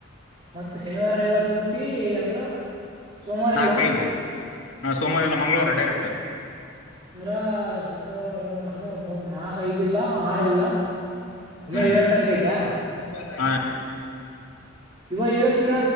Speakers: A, on the right; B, on the left.
A: ಮತ್ತೆ ಶನಿವಾರ ರವಿವಾರ ಸೂಟಿ ಅಂದ್ರ ಸೋಮವಾರ
B: ನಾಲ್ಕದು
A: ಇಲ್ಲನಾ
B: ಹಾಂ ಸೋಮವಾರ ಎಲ್ಲ ಮಂಗಳವಾರ ಡೈರೆಕ್ಟ್
A: ಅಂದ್ರ ಸುಪ ಅಂದ್ರ ಮೂರ್ ನಾಕ್ ಐದ ಇಲ್ಲಾ ಆರ್ಲ್ಲ ಸುಮ್ಮಾ
B: ಹ್ಮ್
A: ಏಳದ ತಾರೀಕು ಐತಾ
B: ಏಳನೇ
A: ಯುವ ಯವಕ್ ಶ